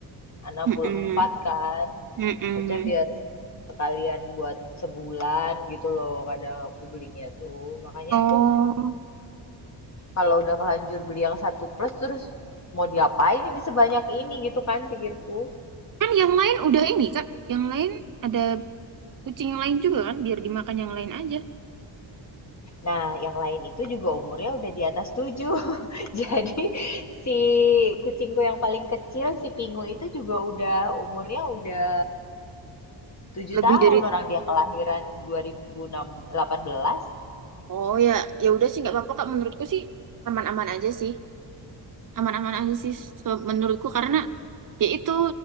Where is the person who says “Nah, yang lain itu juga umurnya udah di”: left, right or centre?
Left